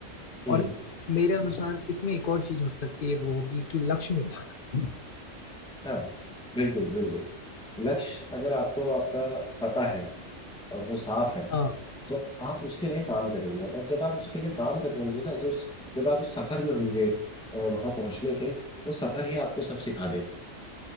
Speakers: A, in the centre; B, on the left.
A: हम्म
B: और मेरे अनुसार इसमें एक और चीज हो सकती है वो होगी कि लक्ष्य निर्धारण
A: हाँ बिल्कुल बिल्कुल लक्ष्य अगर आपको आपका पता है और वो साफ है
B: हाँ
A: तो आप उसके लिए काम करेंगे और जब आप उसके लिए काम कर रहे होंगे ना जो जब आप उस सफर में होंगे अ, वहां पहुंचने के वो सफर ही आपको सब सिखा देगा